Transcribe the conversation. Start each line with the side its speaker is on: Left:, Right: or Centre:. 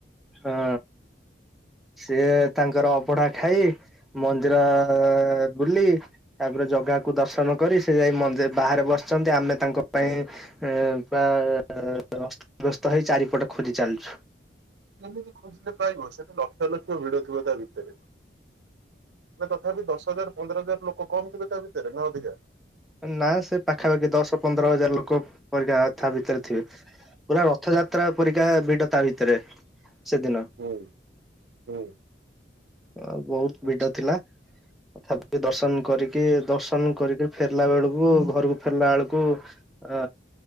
Centre: ହଁ। ସିଏ ତାଙ୍କର ଅବଢା ଖାଇ ମନ୍ଦିର ବୁଲି। ତାପରେ ଜଗାକୁ ଦର୍ଶନ କରି ସେ ଯାଇ ମନ୍ଦିର ବାହାରେ ବସିଛନ୍ତି ଆମେ ତାଙ୍କ ପାଇଁ ଏ ପୁରା ଅସ୍ତବେସ୍ତ ହେଇ ଚାରିପଟ ଖୋଜି ଚାଲୁଛୁ।
Right: କେମିତି ଖୋଜିଲେ ପାଇବ ସେଠି ଲକ୍ଷ ଲକ୍ଷ ଭିଡ ଥିବ ତା ଭିତରେ। ନା ତଥାପି ଦଶ ହଜାର ପନ୍ଦର ହଜାର ଲୋକ କମ ଥିବେ ତା ଭିତରେ ନା ଅଧିକା?
Centre: ନା ସେ ପାଖାପାଖି ଦଶ ପନ୍ଦର ହଜାର ଲୋକ ପରିକା ତା ଭିତରେ ଥିବେ। ପୁରା ରଥଯାତ୍ରା ପରିକା ଭିଡ ତା ଭିତରେ ସେଦିନ।
Right: ହୁଁ ହୁଁ
Centre: ଆଉ ବହୁତ
Right: ଆଚ୍ଛା
Centre: ଭିଡ ଥିଲା ତଥାପି ଦର୍ଶନ କରିକି ଦର୍ଶନ କରିକି ଫେରିଲା ବେଳକୁ ଘରକୁ ଫେରିଲା ବେଳକୁ ଅ,